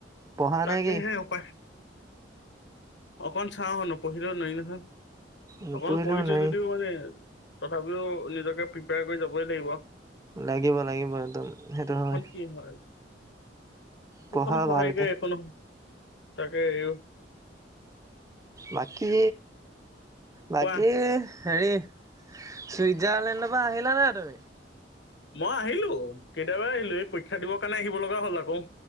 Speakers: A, on the right; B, on the left.
A: পঢ়া
B: তাকেহে
A: নে কি
B: উপায় অকন চাও নপঢ়িলেও নোৱাৰি নহয়
A: নপঢ়িলেও
B: অকমান পঢ়িছো
A: নাই
B: যদিও মানে তথাপিও নিজকে প্ৰিপেয়াৰ কৰি যাবই লাগিব
A: লাগিব লাগিব একদম সেইটো হয়
B: এখন কি হ'ল
A: পঢ়া
B: এইখনো সহায়িকে
A: ভালকে
B: এইখনো তাকে এইও
A: বাকী বাকী
B: কোৱা
A: হেৰি চুইজাৰলেণ্ডৰ পৰা আহিলানে তুমি।
B: মই আহিলো কেতিইয়াবা আহিলো এই পৰীক্ষা দিবৰ কাৰণে আহিব লগা হ'ল আকৌ।